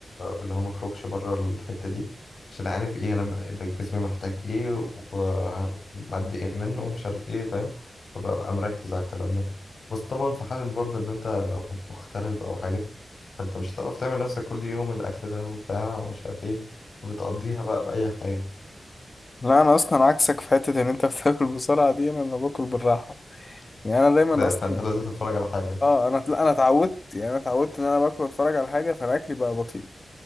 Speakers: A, on the left; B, on the left.
A: واللي هو ما اخرجش بره الحتة دي عشان عارف ايه انا م- ده جسمي محتاج ايه ومعدي ايه منه ومش عارف ايه فاهم فببقى ببقى مركز على الكلام ده بس طبعا في حال برضه ان انت لو مغترب او حاجة فانت مش هتعرف تعمل نفسك كل يوم الاكل ده وبتاع ومش عارف ايه وبتقضيها بقى بأي حاجة
B: لا انا اصلا عكسك في حتة ان انت بتاكل بسرعة دي انا انا باكل بالراحة يعني انا دايما
A: ب-
B: اصلا
A: فانت لازم تتفرج على حاجة
B: اه انا لا انا اتعودت يعني انا اتعودت ان انا باكل واتفرج على حاجة فانا اكلي بقى بطيء